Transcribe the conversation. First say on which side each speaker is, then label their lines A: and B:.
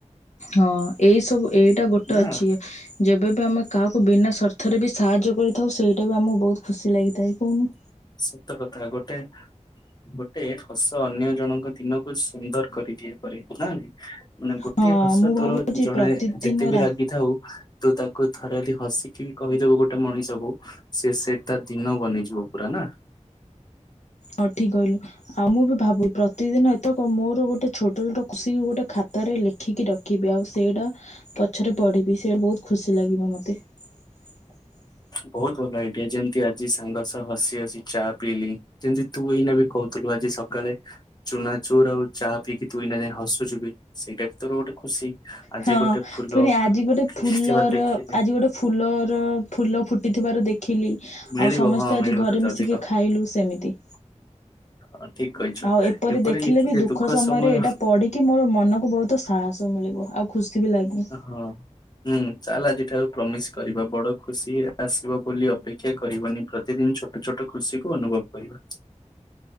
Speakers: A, on the left; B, on the left.
A: ହଁ ଏଇ ସବୁ ଏଇଟା ଗୋଟେ
B: ନା
A: ଅଛି। ଯେବେବି ଆମେ କାହାକୁ ବିନା ସ୍ୱାର୍ଥ ରେ ବି ସାହାଯ୍ୟ କରିଥାଉ ସେଇଟା ବି ଆମକୁ ବହୁତ ଖୁସି ଲାଗିଥାଏ। ତାଇ କହୁନୁ
B: ସତ କଥା ଗୋଟେ ଗୋଟେ ହସ ଅନ୍ୟ ଜଣଙ୍କ ଦିନକୁ ସୁନ୍ଦର କରିଦିଆ ପାରେ ନାଇଁ। ମାନେ
A: ହଁ
B: ଗୋଟଏ ହସ
A: ମୁଁ ଭାବୁଛି
B: ତୋର ଜଣାଏ
A: ପ୍ରତିଦିନ
B: ଯେତେ ବି
A: ରା
B: ରାଗିଥାଉ ତୁ ତାକୁ ଥରେ ଯଦି ହସିକି ବି କହିଦବୁ ଗୋଟେ ମଣିଷକୁ ସିଏ ସେ ତା ଦିନ ବନେଇଯିବ ପୁରା ନା।
A: ହୋଉ ଠିକ୍ କହିଲୁ। ଆଉ ମୁଁ ବି ଭାବୁ ପ୍ରତିଦିନ ଏତକ ମୋର ଗୋଟେ ଛୋଟ ଛୋଟ ଖୁସି ମୋର ଗୋଟେ ଖାତାରେ ଲେ ଦେଖିକି ରଖିବି ଆଉ ସେଇଟା ପଛରେ ପଢ଼ିବି ସେଇ ବହୁତ ଖୁସି ଲାଗିବ ମୋତେ। <unintelligible>
B: ବହୁତ ଭଲ ଆଡ଼ୟା ଯେମତି ଆଜି ସାଙ୍ଗ ସହ ହସି ହସି ଚା ପିଇଲି। ଯେମତି ତୁ ଏଇନା ବି କହୁଥିଲୁ ଆଜି ସକାଳେ ଚୁନା ଚୁର୍ ଆଉ ଚାହା ପିଇକି ତୁ ନା ଯାଏଁ ହସୁଛୁ ବି ସେଟା ବି ତୋର ଗୋଟେ ଖୁସି। ଆଜି
A: ହଁ
B: ଗୋଟେ ଫୁଲ
A: ପୁଣି ଆଜି ଗୋଟେ ଫୁଲର
B: ଥିବା ଦେଖିଲି
A: ଆଜି ଗୋଟେ ଫୁଲର ଫୁଲ ଫୁଟିଥିବାର ଦେଖ ଖିଲି ଆଉ
B: ମିଳିବ
A: ସମସ୍ତେ
B: ହଁ
A: ଆଜି
B: ମିଳିବ
A: ଘରେ
B: ତତେ
A: ମିଶିକି
B: ଅଧିକ।
A: ଖାଇଲୁ ସେମିତି
B: ହଁ ଠିକ କହିଛୁ
A: ଆଉ ଏପରି ଦେଖିଲେ
B: ଲେଖିଲେ
A: ବି ଦୁଃଖ ସମୟରେ
B: ସମୟ
A: ଏଇଟା ପଡି କି ମୋର ମନକୁ ବହୁତ ସାହସ ମିଳିବ। ଆଉ ଖୁସି ବି ଲାଗେ।
B: ହଁ। ହୁଁ ଚାଲ ଆଜିଠାରୁ ପ୍ରମିସ୍ କରିବା ବଡ ଖୁସି ଆସିବ ବୋଲି ଅପେ କ୍ଷା କରିବନି ପ୍ରତିଦିନ ଛୋଟ ଛୋଟ ଖୁସି କୁ ଅନୁଭବ କରିବା।